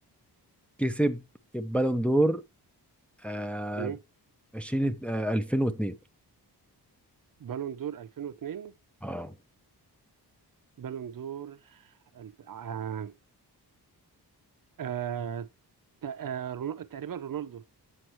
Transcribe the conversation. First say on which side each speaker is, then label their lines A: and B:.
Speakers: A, in the centre; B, on the right.
A: كسب البالون دور أه
B: مم.
A: 20 أه 2002
B: بالون دور 2002
A: اه
B: بالون دور الف... آه... آه... ت- آه... رونو... تقريبا رونالدو